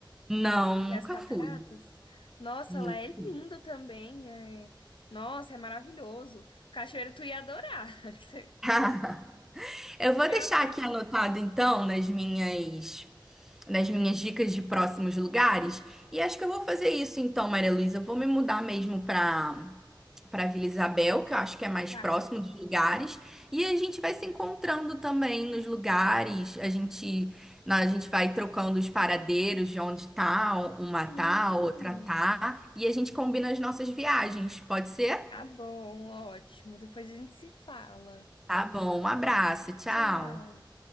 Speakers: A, in the centre; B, on the left.
A: Não, nunca
B: E as cataratas?
A: fui.
B: Nossa,
A: Nunca
B: lá é
A: fui.
B: lindo também. É... Nossa, é maravilhoso. Cachoeiro, tu ia adorar. <laughs> Você
A: <laughs> Eu vou
B: Ia
A: deixar
B: amar.
A: aqui anotado então nas minhas nas minhas dicas de próximos lugares. E acho que eu vou fazer isso então, Maria Luísa. Eu Vou me mudar mesmo para para Vila Isabel, que eu acho que é mais
B: Tá.
A: próximo dos lugares. E a gente vai se encontrando também nos lugares. A gente, na- a gente vai trocando os paradeiros de onde tá, uma
B: Sim.
A: tá, outra tá. E a gente combina as nossas viagens. Pode ser?
B: Tá bom, ótimo. Depois a gente se fala.
A: Tá bom, um abraço, tchau.
B: Tchau.